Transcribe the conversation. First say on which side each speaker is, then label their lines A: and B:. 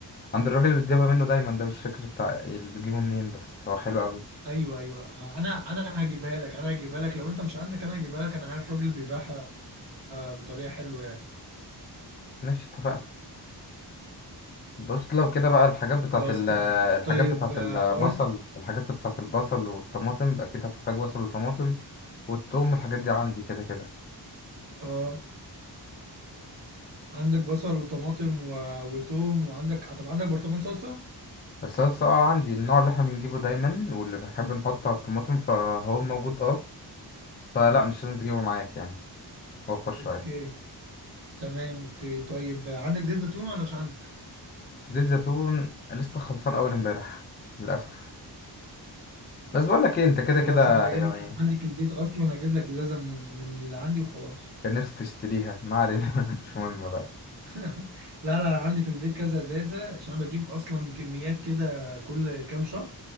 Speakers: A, on the left; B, on the right.
A: عند الراجل اللي بتجيبها منه دايما ده مش فاكر بتاع اللي بتجيبه منين بس هو حلو قوي
B: ايوه ايوه آه، انا انا هجيبها لك انا هجيبها لك لو انت مش عندك انا هجيبها لك انا عارف راجل بيبيعها آه، بطريقة حلوة يعني
A: ماشي اتفقنا بص لو كده بقى الحاجات بتاعت
B: خلاص
A: ال
B: اتفقنا
A: الحاجات
B: طيب
A: بتاعت
B: آه،
A: البصل
B: اقول
A: الحاجات بتاعت البصل والطماطم أكيد هتحتاج بصل وطماطم والثوم الحاجات دي عندي كده كده
B: اه عندك بصل وطماطم و... وتوم وعندك طب عندك برطمان صلصة
A: الصلصة اه عندي النوع اللي احنا بنجيبه دايما واللي بنحب نحطه على الطماطم فهو موجود اه فلا مش لازم تجيبه معاك يعني وفر شوية
B: اوكي تمام اوكي طيب عندك زيت زيتون ولا مش عندك
A: زيت زيتون لسه خلصان أول امبارح للأسف بس بقولك ايه انت كده
B: خلاص
A: كده
B: انا هجيب
A: يعني
B: لك أنا عندي في البيت اصلا هجيب لك ازازة من من اللي عندي وخلاص
A: كان نفسي تشتريها ما علينا <laughs> مش مهم بقى
B: <laughs> لا لا عندي في البيت كذا ازازة عشان انا بجيب اصلا كميات كده كل كام شهر